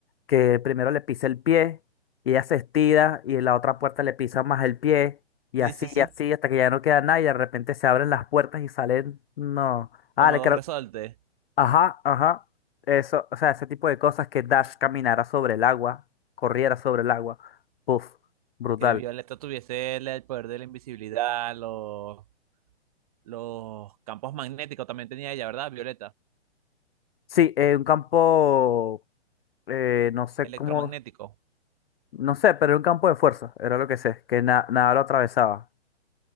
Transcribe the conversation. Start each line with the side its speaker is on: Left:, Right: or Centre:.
Left: Que primero le pisa el pie y ella se estira y en la otra puerta le pisa más el pie y
Right: Sí,
Left: así
Right: sí, sí.
Left: y así hasta que ya no queda nada y de repente se abren las puertas y salen, no. Ah,
Right: Como
Left: le
Right: dos
Left: creo,
Right: resortes,
Left: Ajá, ajá. Eso, o sea, ese tipo de cosas que Dash caminara sobre el agua, corriera sobre el agua. Puf, brutal.
Right: que Violeta tuviese el, el poder de la invisibilidad, los, los campos magnéticos también tenía ella, ¿verdad? Violeta,
Left: Sí, eh, un campo, eh, no sé
Right: Electromagnético.
Left: cómo, no sé, pero era un campo de fuerza, era lo que sé, que na- nada lo atravesaba.